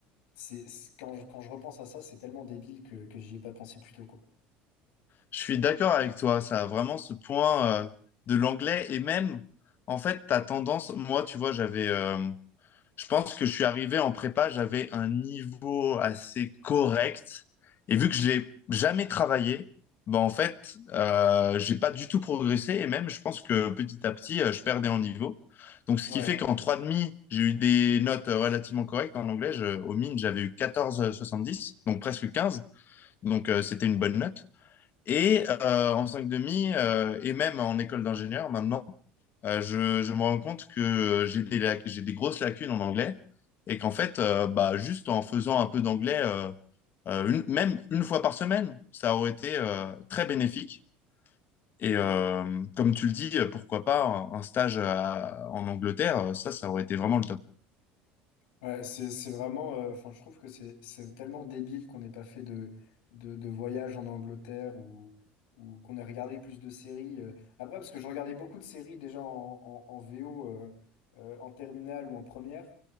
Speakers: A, on the left; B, on the left.
A: c'est, c'est- quand je, quand je repense à ça, c'est tellement débile que, que j'y ai pas pensé plus tôt, quoi.
B: Je suis d'accord avec toi, ça a vraiment ce point euh, de l'anglais et même, en fait, ta tendance, moi, tu vois, j'avais, euh, je pense que je suis arrivé en prépa, j'avais un niveau assez correct. Et vu que je n'ai jamais travaillé, ben en fait, euh, j'ai pas du tout progressé. Et même, je pense que petit à petit, euh, je perdais en niveau. Donc, ce
A: Ouais.
B: qui fait qu'en trois demi, j'ai eu des notes euh, relativement correctes en anglais. Je- au mine, j'avais eu quatorze virgule soixante-dix, donc presque 15. Donc, euh, c'était une bonne note. Et euh, en 5,5, euh, et même en école d'ingénieur, maintenant, euh, je, je me rends compte que euh, j'ai des, lac- j'ai des grosses lacunes en anglais et qu'en fait, euh, bah, juste en faisant un peu d'anglais, euh, euh, une- même une fois par semaine, ça aurait été euh, très bénéfique. Et euh, comme tu le dis, euh, pourquoi pas un, un stage à- en Angleterre, euh, ça, ça aurait été vraiment le top.
A: Ouais, c'est, c'est vraiment, euh, enfin, je trouve que c'est, c'est tellement débile qu'on n'ait pas fait de, de, de voyage en Angleterre ou, ou qu'on ait regardé plus de séries. euh. Après, parce que je regardais beaucoup de séries déjà en, en, en VO, euh, euh, en terminale ou en première,